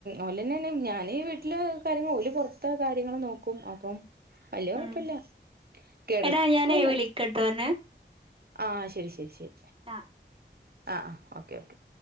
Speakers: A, on the right; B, on the right.
A: ഓലന്നെയാണ് ഞാൻ വീട്ടില് കാര്യങ്ങ ഓല പുൊറത്ത കാര്യങ്ങ െ നോക്കും അപ്പം അല്ലേ കൊഴപ്പില്ല
B: ഉം
A: കിടക്കന്നല്ല
B: എടാ ഞാനേ വിളിക്കട്ടോ അന്നെ
A: ആ ശരി ശരി ശരി
B: ആ
A: ആ ആ ഓക്കെ ഓക്കെ